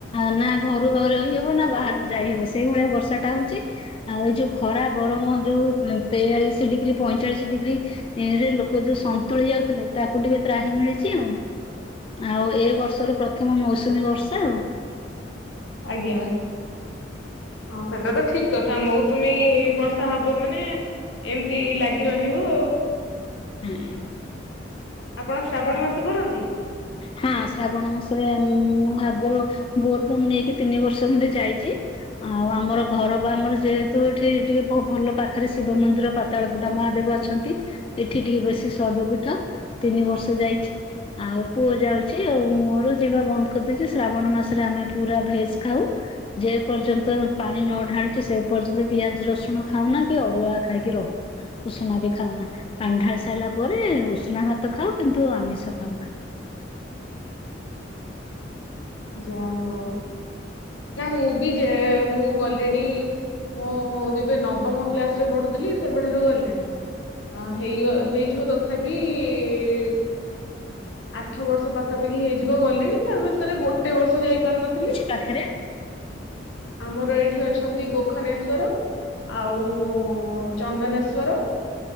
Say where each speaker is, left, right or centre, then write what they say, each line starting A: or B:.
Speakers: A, on the left; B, on the left.
A: ନା। ଘରୁ ରହିହବ ନା ବାହାରକୁ ଯାଇହେବ ସେଇଭଳିଆ ବର୍ଷା ଟା ହଉଚି ଆଉ। ଯୋଉ ଖରା ଗରମ ଯୋଉ ତେୟାଳିଶ ଡିଗ୍ରୀ ପଇଁଚାଳିଶ ଡିଗ୍ରୀ। ଏଇରେ ଲୋକ ଯୋଉ ସନ୍ତୁଳି ଯାଉଥିଲେ ତାକୁ ଟିକେ ତ୍ରାହି ମିଳିଚି ଆଉ। ଆଉ ଏ ବର୍ଷର ପ୍ରଥମ ମୌସୁମୀ ବର୍ଷା ଆଉ।
B: ଆଜ୍ଞା। ହଁ ସେଟା ତ ଠିକ କଥା ମୌସୁମୀ ବର୍ଷା ହବ ମାନେ ଏମିତି ଲାଗି ରହିବ ଆଉ।
A: ହୁଁ।
B: ଆପଣ ଶ୍ରାବଣ ମାସ କରନ୍ତି?
A: ହଁ ଶ୍ରାବଣ ମାସରେ ମୁଁ ଆଗୁରୁ ବୋଲଵମ ନେଇକି ତିନି ବର୍ଷ ଖଣ୍ଡେ ଯାଇଚି ଆଉ ଆମର ଘର ବା ଆମର ଯେ ତ ଏଠି ଟିକେ ବହୁ ଭଲ ପାଖରେ ଶିବ ମନ୍ଦିର ପାତାଳ ଫୁଟା ମହାଦେବ ଅଛନ୍ତି। ଏଠି ଟିକେ ବେଶୀ ଶୈବ ପୀଠ ତିନି ବର୍ଷ ଯାଇଛି ଆଉ। ପୁଅ ଯାଉଚି ଆଉ ମୋର ଯିବା ବନ୍ଦ କରିଦେଇଚି ଶ୍ରାବଣ ମାସରେ ଆମେ ପୁରା ଭେଜ ଖାଉ। ଯେ ପର୍ଯ୍ୟନ୍ତ ପାଣି ନଢାଳିଚୁ ସେ ପର୍ଯ୍ୟନ୍ତ ପିଆଜ ରସୁଣ ଖାଉନା କି ଅରୁଆ ଖାଇକି ରହୁ ଉଷୁନା ବି ଖାଉନା ପାଣିଢାଳି ସାରିଲା ପରେ ଉଷୁନା ଭାତ ଖାଉ କିନ୍ତୁ ଆମିଷ ଖାଉନା।
B: ଆଜ୍ଞା ଯା ହଉ। ନା ମୁଁ ବି ଯାଏ ମୁଁ ଗଲିଣି ମୁଁ ଯେବେ ନବମ କ୍ଲାସରେ ପଢୁଥିଲି ସେବେଠାରୁ ଗଲିଣି। ଅ ହେଇଗ ହେଇଯିବ ତଥାପି ଇ ଆଠ ବର୍ଷ ପା ପାଖା ପାଖି ହେଇଯିବ ଗଲିନି ତା ଭିତରେ ଗୋଟେ ବର୍ଷ ଯାଇପାରିନଥିଲି।
A: ପାଖେରେ।
B: ଆମର ଏଇଠି ଅଛନ୍ତି ଗୋଖନେଶ୍ଵର। ଆଉ ଉ ଚନ୍ଦନେଶ୍ଵର।